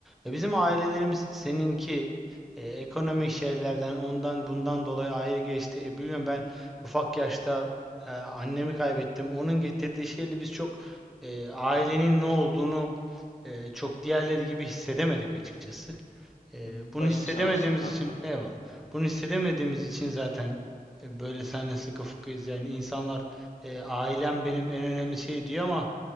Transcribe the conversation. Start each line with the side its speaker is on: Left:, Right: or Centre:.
Centre: E, bizim ailelerimiz seninki e, ekonomik şeylerden ondan bundan dolayı ayrı geçti. E, biliyorum ben ufak yaşta e, annemi kaybettim. Onun getirdiği şeyle biz çok e, ailenin ne olduğunu e, çok diğerleri gibi hissedemedik açıkçası. Ee,
Left: Hı hı.
Centre: bunu
Left: Başın
Centre: hissedemediğimiz
Left: sağ olsun kanka.
Centre: için eyvallah. Bunu hissedemediğimiz için zaten e, böyle senle sıkı fıkıyız. Yani insanlar e, ailem benim en önemli şey diyor ama